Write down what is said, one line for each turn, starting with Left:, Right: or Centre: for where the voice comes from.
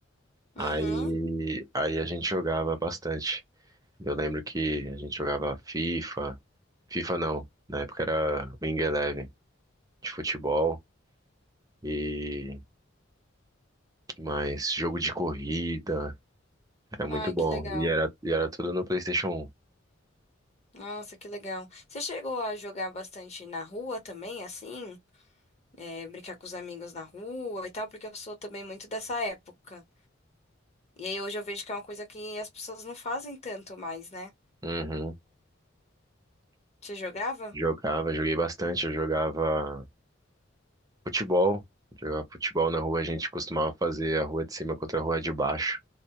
Left: Uhum.
Right: Aí, aí a gente jogava bastante. Eu lembro que a gente jogava FIFA, FIFA não, na época era Wing Eleven de futebol e que mais? Jogo de corrida, era muito
Left: Ai,
Right: bom.
Left: que legal.
Right: E era, e era tudo no PlayStation
Left: Nossa, que legal. Você chegou a jogar bastante na rua também, assim? É, brincar com os amigos na rua e tal, porque eu sou também muito dessa época. E aí hoje eu vejo que é uma coisa que as pessoas não fazem tanto mais, né?
Right: 1.
Left: Você jogava?
Right: Jogava, joguei bastante, eu jogava futebol, jogava futebol na rua, a gente costumava fazer a rua de cima contra a rua de baixo,